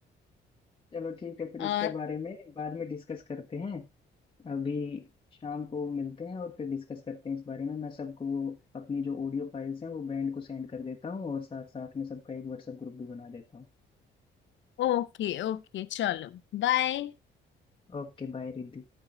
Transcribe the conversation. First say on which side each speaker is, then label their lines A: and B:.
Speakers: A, on the left; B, on the left.
A: चलो ठीक है फिर
B: और
A: इसके बारे में बाद में डिस्कस करते हैं अभी शाम को मिलते हैं और फिर डिस्कस करते हैं इस बारे में मैं सबको वो अपनी जो ऑडियो फाइल्स हैं वो बैंड को सेंड कर देता हूँ और साथ साथ में सबका एक व्हाट्सएप ग्रुप भी बना देता हूँ
B: ओके ओके चलो बाय
A: Okay bye Riddhi